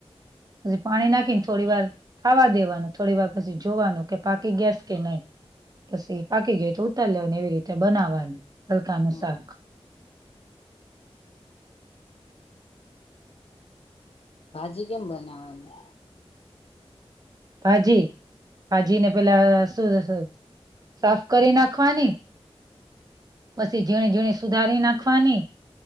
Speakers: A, on the right (about 35°); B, on the left (about 65°).
A: હછી પાણી નાખી થોડી વાર ખાવા દેવાનું થોડી વાર પછી જોવાનું કે પાકી ગેસ કે નહી. પછી પાકી ગયો તો ઉતારી લેને એવી રીતે બનાવવાનું હલકાનું
B: હમ
A: શાક.
B: ભાજી કેમ બનાવાની.
A: ભાજી ભાજી ને પેલા શુંશે સાફ કરી નાખવાની. પછી ઝીણી ઝીણી સુધારી નાખવાની.